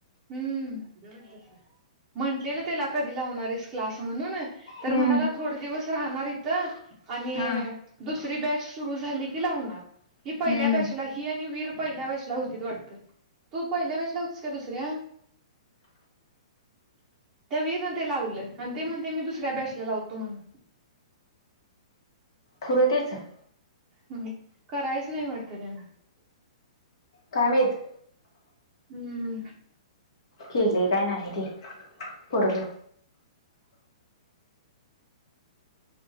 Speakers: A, on the right (about 15°); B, on the left (about 50°).
A: हम्म म्हंटलेलं त्याला कधी लावणार आहेसं क्लास म्हणून? तर
B: हम्म
A: म्हणाला थोडे दिवस राहणार इथं आणि
B: हा
A: - दुसरी बॅच सुरू झाली की लावणार ही
B: हम्म
A: पहिल्या बॅचला ही आणि वीर पहिल्या बॅच- होती वाटत तू पहिल्या वेळेला होतीस का दुसऱ्या? त्या वीरनं ते लावलं आणि ते म्हणते मी दुसऱ्या बॅचला लावतो म्हणून.
B: ठुरतेच <inaudible>
A: ह करायच नाही वाटत त्यांना.
B: काय माहितं.
A: हम्म,
B: केलेयं काय नाही ते बरोबर.